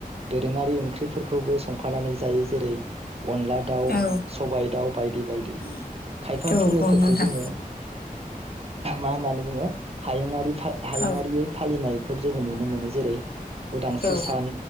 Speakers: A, on the right; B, on the left.
A: दोंरोंङारि ओंख्रिफोरखौबो संफानानै जायो जेरै अनला दाउ
B: औ
A: सबायाइ दाउ बायदि बायदि खायफा
B: औ
A: फोरबोफोरखौ
B: औ नोंथां
A: जोंङो मा होननानै बुंङो हायुङरारि हायुङारियै
B: औ
A: फालिनाय जोंङो नुनो मोनो जेरै उदांस्रि
B: औ
A: सान